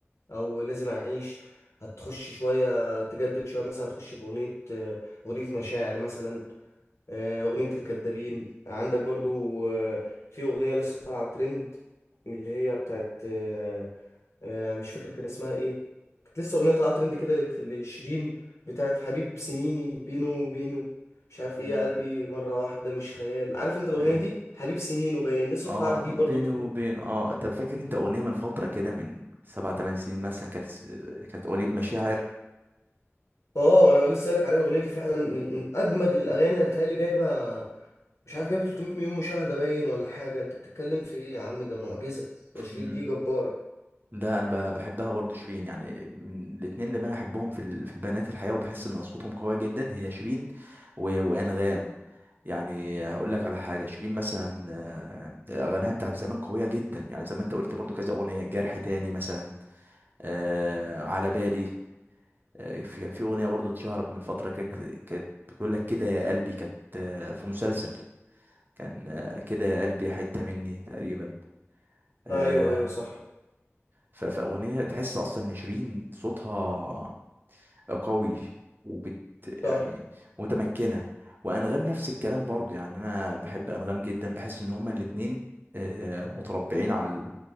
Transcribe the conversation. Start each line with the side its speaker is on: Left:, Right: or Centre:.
Left: او لازم اعيش هتخش شويه تجدد شويه مثلا هتخش في اغنيه آه، اغنيه مشاعر مثلا آه، اغنيه الكدابين عندك برضو آه، في اغنيه لسه طالعه ترند اللي هي بتاعت آه، آه، مش فاكر كان اسمها ايه كانت لسه اغنيه طلعت ترند كده لك- لشيرين بتاعت حبيب سنيني بينو بينو مش عارف
Right: مم.
Left: ايه يا قلبي مره واحده مش خيال عارف انت
Right: ايوه
Left: الاغنيه دي حبيب سنينه باين لسه
Right: اه
Left: طالعه جديد
Right: بيني
Left: برضو ترند
Right: وبين اه طب فاكر انت اغنيه من فتره كده من سبع تمن سنين مثلا كانت اس- كانت اغنيه مشاعر
Left: اه انا لسه قايلك عليها الاغنيه دي فعلا من من اجمد الاغاني انا بتهيألي جايبه مش عارف جايبه 300 مليون مشاهده باين ولا حاجه انت بتتكلم في ايه يا عم ده معجزه ده شيرين
Right: مم.
Left: دي جباره
Right: ده انا ب- بحبها برضو شيرين يعني من الاتنين اللي انا احبهم في ال- في البنات الحقيقه وبحس ان اصواتهم قويه جدا هي شيرين و- وانغام يعني هقول لك على حاجه شيرين مثلا آه، اغانيها بتاعت زمان قويه جدا يعني زي ما انت قلت برضو كذا اغنيه جرح تاني مثلا آه، على بالي آه، في كان في اغنيه برضو اتشهرت من فتره كانت كانت بتقول لك كده يا قلبي كانت آه، في مسلسل كان آه، كده يا قلبي حته مني تقريبا آه،
Left: ايوه ايوه صح
Right: ف- فاغنيه تحس اصلا ان شيرين صوتها قوي وبت
Left: صح
Right: يعني متمكنه وانغام نفس الكلام برضو يعني انا بحب انغام جدا بحس ان هما الاتنين آه، متربعين على ال-